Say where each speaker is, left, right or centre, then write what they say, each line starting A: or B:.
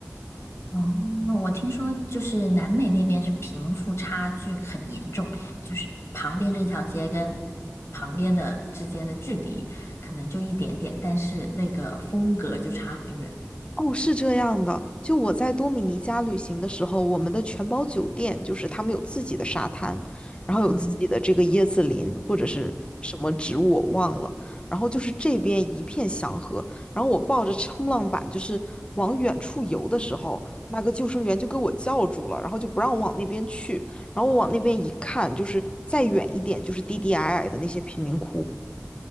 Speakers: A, on the left (about 60°); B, on the left (about 20°).
A: 哦，我听说就是南美那边是贫富差距很严重，就是旁边这条街跟旁边的之间的距离可能就一点点，但是那个风格就差很远。
B: 哦，是这样的。就我在多米尼加旅行的时候，我们的全包酒店就是他们有自己的沙滩，然后有自己的这个椰子林或者是什么植物我忘了，
A: 嗯，
B: 然后就是这边一片祥和。然后我抱着冲浪板就是往远处游的时候，那个救生员就给我叫住了，然后就不让我往那边去。然后我往那边一看，就是再远一点就是低低矮矮的那些贫民窟，